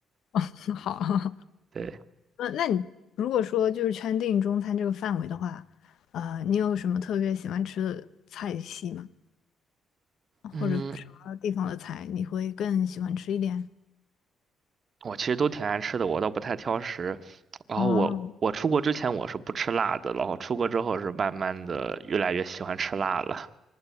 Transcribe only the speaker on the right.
<laughs> 对，
嗯，
我其实都挺爱吃的，我倒不太挑食。然后我我出国之前我是不吃辣的，
然后出国之后是慢慢的越来越喜欢吃辣了。